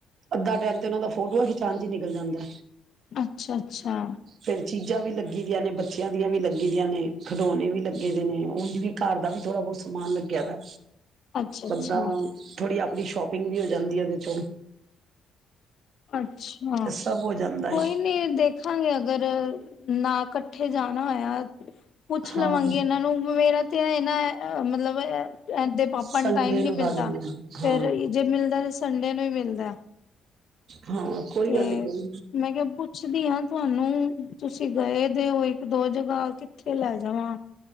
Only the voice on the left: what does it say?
ਅੱਛਾ-ਅੱਛਾ।
ਅੱਛਾ ਅੱਛਾ
ਅੱਛਾ।
ਕੋਈ
ਨੀ ਦੇਖਾਂਗੇ ਅਗਰ ਨਾ ਇਕੱਠੇ ਜਾਣਾ ਆਇਆ ਪੁੱਛ ਲਵਾਂਗੀ
ਇਨ੍ਹਾਂ ਨੂੰ ਮੇਰਾ ਤੇ ਇਹਨਾਂ ਮਤਲਬ ਅ ਏਦੇ ਪਾਪਾ
ਨੂੰ ਟਾਈਮ ਨੀ ਮਿਲਦਾ
ਫੇਰ
ਜੇ ਮਿਲਦਾ ਸੰਡੇ ਨੂੰ ਮਿਲਦਾ
ਤੇ
ਮੈਂ ਕਿਹਾ ਪੁੱਛਦੀ ਹਾਂ। ਤੁਹਾਨੂੰ ਤੁਸੀਂ ਗਏ ਦੇ ਹੋ, ਇੱਕ ਦੋ ਜਗ੍ਹਾ ਕਿੱਥੇ ਲੈ ਜਾਵਾਂ।